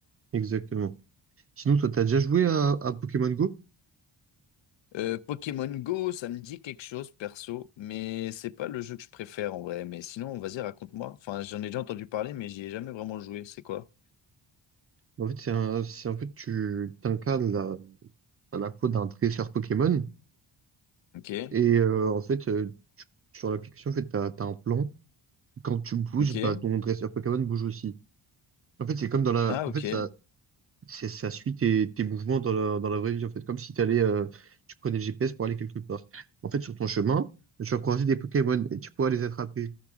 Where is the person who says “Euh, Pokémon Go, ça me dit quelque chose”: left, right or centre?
Left